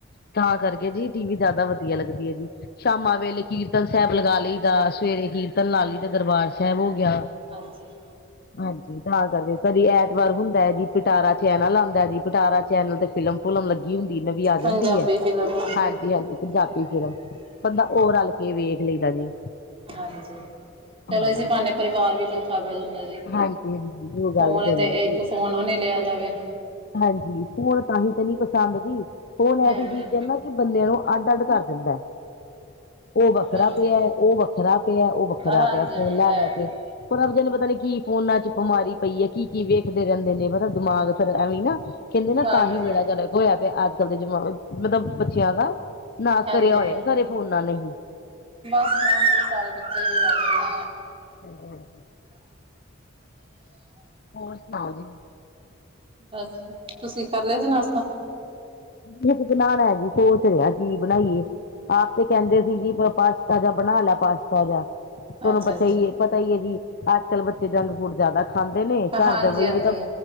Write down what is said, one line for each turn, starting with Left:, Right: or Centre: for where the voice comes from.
Left: ਤਾਂ ਕਰਕੇ ਜੀ, ਟੀ ਵੀ ਜਿਆਦਾ ਵਧੀਆ ਲੱਗਦੀ ਹੈ ਜੀ। ਸ਼ਾਮਾਂ ਵੇਲੇ, ਕੀਰਤਨ ਸਾਹਿਬ ਲਗਾ ਲਈ ਦਾ। ਸਵੇਰੇ ਕੀਰਤਨ ਲਾ ਲਈ ਦਾ, ਦਰਬਾਰ ਸਾਹਿਬ ਹੋ ਗਿਆ,
Right: ਹਾਂਜੀ
Left: ਹਾਂਜੀ ਤਾਂ ਕਰਕੇ ਕਦੇ ਐਤਵਾਰ ਹੁੰਦਾ ਹੈ ਜੀ, ਪਟਾਰਾ ਚੈਨਲ ਆਉਂਦਾ ਜੀ, ਪਟਾਰਾ ਚੈਨਲ ਤੇ ਫਿਲਮ- ਫੁਲਮ ਲੱਗੀ ਹੁੰਦੀ, ਨਵੀਂ ਆ
Right: ਪੰਜਾਬੀ
Left: ਜਾਂਦੀ ਹੈ,
Right: ਫਿਲਮ
Left: ਹਾਂਜੀ ਹਾਂਜੀ, ਪੰਜਾਬੀ ਫ਼ਿਲਮ, ਬੰਦਾ ਹੋ ਰਲ ਕੇ ਵੇਖ ਲਈਦਾ ਜੀ।
Right: ਹਾਂਜੀ, ਚਲੋ
Left: ਹਾਂਜੀ
Right: ਐਸੀ ਬਹਾਨੇ ਪਰਿਵਾਰ ਵੀ ਇਕੱਠੇ ਬੈਂ ਜਾਂਦਾ ਜੀ,
Left: ਹਾਂਜੀ ਜੋ ਗੱਲ
Right: ਫੋਨ ਏ
Left: ਕਰੀਏ
Right: ਤੇ
Left: ਜੀ
Right: ਇੱਕ ਫੋਨ ਓਨੇ ਲਿਆ ਦਾ ਵੇ
Left: ਹਾਂਜੀ, ਫੋਨ ਤਾਂਹੀ ਤੇ ਨੀ ਪਸੰਦ ਜੀ, ਫੋਨ
Right: ਹਾਂਜੀ
Left: ਐਸੀ ਚੀਜ਼ ਹੈ ਨਾ, ਕਿ ਬੰਦਿਆਂ ਨੂੰ ਅੱਡ ਅੱਡ ਕਰ ਦਾ, ਉਹ ਵੱਖਰਾ
Right: ਹਾਂਜੀ
Left: ਪਿਆ, ਉਹ ਵੱਖਰਾ ਪਿਆ, ਉਹ ਵੱਖਰਾ ਖਰਾ
Right: ਹਾਂਜੀ
Left: ਪਿਆ, ਫੋਨ ਲੈ
Right: ਹੈ
Left: ਲੈ ਕੇ ਪਰ ਰਬ ਜੂੰ ਪਤਾ ਨੀ ਕੀ ਫੋਨਾ ਚ ਬਿਮਾਰੀ ਪਈ ਹੈ। ਕੀ ਕੀ ਵੇਖਦੇ ਰਹਿੰਦੇ ਨੇ ਦਿਮਾਗ ਫਿਰ ਐਵੇਂ ਨਾ ਕਹਿੰਦੇ ਨਾ,
Right: ਹਾਂਜੀ
Left: ਤਾਂ ਹੀ ਬੇੜਾ ਗਰਕ ਹੋਇਆ ਪਿਆ, ਅੱਜ ਕੱਲ ਦੇ ਜਮਾਨ ਮਤਲਬ ਬੱਚਿਆਂ ਦਾ ਨਾਸ
Right: ਹਾਂਜੀ
Left: ਕਰਿਆ ਹੋਇਆ, ਸਾਰੇ ਫੋਨ ਨੇ
Right: ਬਸ, ਸਣ ਦੇ ਸਾਰੇ ਬੱਚੇ ਵੀ ਲੜਦੇ ਨੇ।
Left: ਹਮ ਹੋਰ ਸੁਣਾਓ ਜੀ।
Right: ਬਸ, ਤੁਸੀਂ ਕਰ ਲਿਆ ਜੀ ਨਾਸ਼ਤਾ?
Left: ਬਤ ਬਣਾਣਾ ਜੀ ਸੋਚ ਰਿਹਾ ਕਿ ਬਣਾਈਏ? ਆਪ ਤੇ ਕਹਿੰਦੇ ਸੀ ਜੀ ਪਾ ਪਾਸ ਤਾਜ਼ਾ ਬਣਾ ਲੈ ਪਾਸਤਾ ਜਿਆ। ਤੁਹਨੂੰ
Right: ਅੱਛਾ
Left: ਪਤਾ
Right: ਜੀ
Left: ਈ ਏ ਪਤਾ ਈ ਐ ਜੀ। ਅੱਜ-ਕੱਲ੍ਹ ਬੱਚੇ ਜੰਕ-ਫੂਡ ਜ਼ਿਆਦਾ ਖਾਂਦੇ ਨੇ। ਘਰ
Right: ਹਾਂਜੀ
Left: ਦੇ
Right: ਹਾਂਜੀ
Left: ਵੀ ਤਾਂ